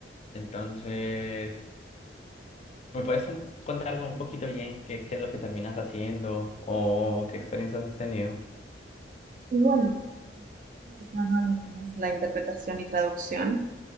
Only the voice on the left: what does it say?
entonces, ¿me puedes un- contar un poquito bien qué, qué es lo que terminas haciendo o qué experiencias has tenido?